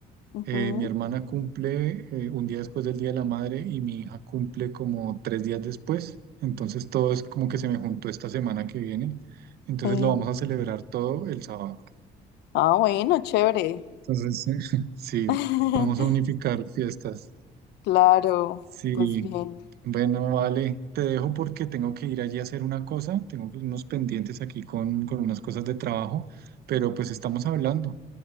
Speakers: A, on the left; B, on the right.
A: Ujú,
B: Eh, mi hermana cumple eh, un día después del Día de la Madre y mi hija cumple como tres días después. Entonces todo es como que se me juntó esta semana que viene. Entonces
A: sí.
B: lo vamos a celebrar todo el sábado.
A: Ah, bueno, chévere.
B: Entonces, <laughs> sí,
A: <laughs>
B: vamos a unificar fiestas.
A: Claro,
B: Sí,
A: pues bien.
B: bueno, vale, te dejo porque tengo que ir allí a hacer una cosa, tengo unos pendientes aquí con, con unas cosas de trabajo, pero pues estamos hablando,